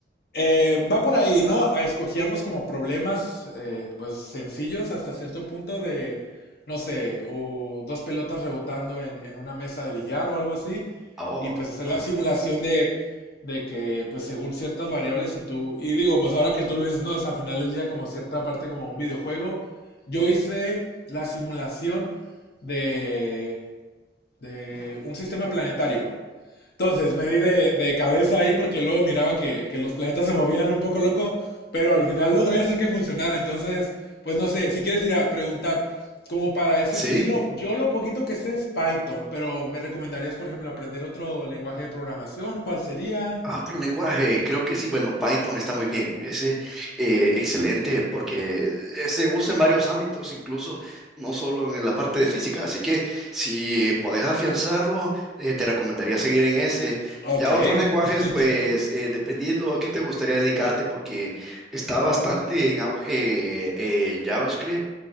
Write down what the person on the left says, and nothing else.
eh, va por ahí, ¿no? Ah, Escogíamos como problemas, eh, pues sencillos hasta cierto punto de, no sé, o dos pelotas rebotando en, en una mesa de billar o algo así,
y pues hacer
la simulación de, de que, pues según ciertas variables, si tú, y digo, pues ahora que tú lo dices, no, es al final del día como cierta parte como un videojuego, yo hice la simulación de, de un sistema planetario. Entonces me di de, de cabeza ahí porque luego miraba que, que los planetas se movían un poco loco, pero al final logré hacer que funcionara. Entonces, pues no sé, si quieres ir a preguntar como para ese
estilo, yo lo poquito que sé es Python, pero ¿me recomendarías, por ejemplo, aprender otro lenguaje de programación? ¿Cuál sería?
Ok.
<laughs>